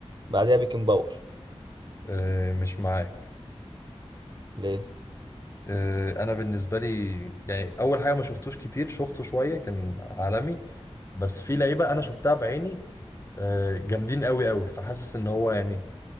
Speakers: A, on the right (about 45°); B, on the left (about 25°).
A: بعدها بيكن باور
B: اه مش معاك
A: ليه
B: اه انا بالنسبة لي يعني اول حاجة ما شفتوش كتير شفته شوية كان عالمي بس في لعيبة انا شفتها بعيني اه جامدين قوي قوي فحاسس ان هو يعني